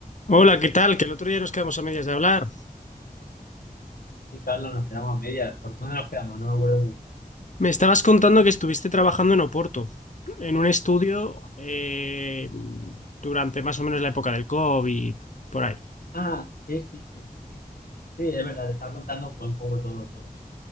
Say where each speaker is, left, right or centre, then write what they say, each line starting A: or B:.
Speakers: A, on the left; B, on the left.
A: Hola, ¿qué tal? Que el otro día nos quedamos a medias de hablar.
B: Sí, Carlos, nos quedamos a media. ¿Por dónde nos quedamos? No me acuerdo muy bien.
A: Me estabas contando que estuviste trabajando en Oporto, en un estudio eh, durante más o menos la época del COVID, por ahí.
B: Ah, sí, sí, sí, sí, sí. Sí, es verdad, te estaba contando pues, un poco todo, todo, sí.